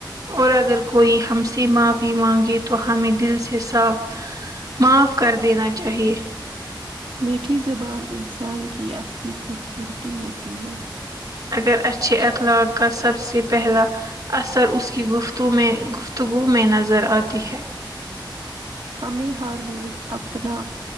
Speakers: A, on the right; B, on the right.
A: اور اگر کوئی ہم سے معافی مانگے تو ہمیں دل سے صاف معاف کر دینا چاہیے
B: میٹھی زبان انسان کی اصلی خوبصورتی ہوتی ہے
A: اگر اچھے اخلاق کا سب سے پہلا اثر اس کی گفتو میں گفتگو میں نظر آتی ہے
B: ہمیں ہر روز اپنا